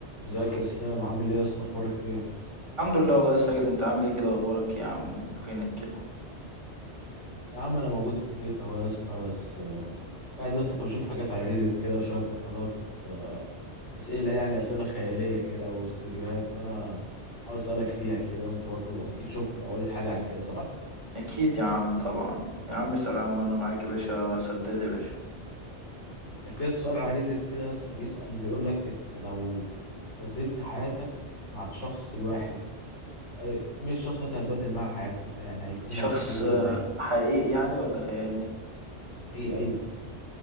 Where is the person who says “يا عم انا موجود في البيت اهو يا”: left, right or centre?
Left